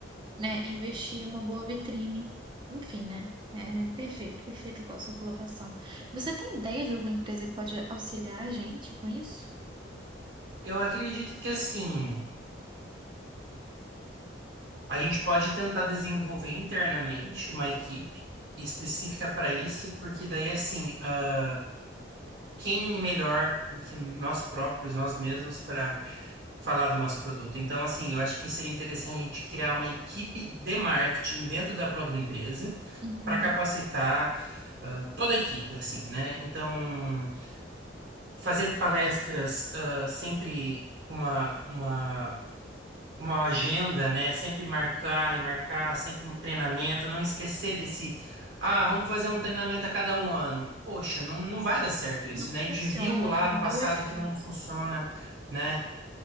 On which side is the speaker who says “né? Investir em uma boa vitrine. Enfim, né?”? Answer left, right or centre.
Right